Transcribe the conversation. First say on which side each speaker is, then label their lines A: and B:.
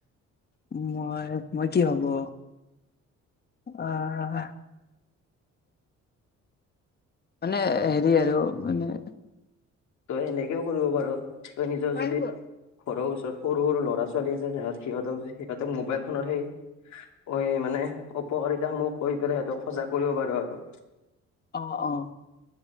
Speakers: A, on the left (about 35°); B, on the left (about 70°).
A: মই মই কি ভাবো আহ মানে হেৰি আৰু মানে
B: তই সেনেকেও কৰিব পাৰ তই নিজৰ
A: অ
B: যদি ঘৰৰ ওচৰত সৰু সৰু ল'ৰা চলি আছে তত সিহঁতক সিহঁতক মোবাইল ফোনৰ সেই এই মানে উপকাৰিতাসমূহ কৈ পেলাই সিহঁতক সজাগ কৰিব পাৰো আৰু।
A: অ' অ'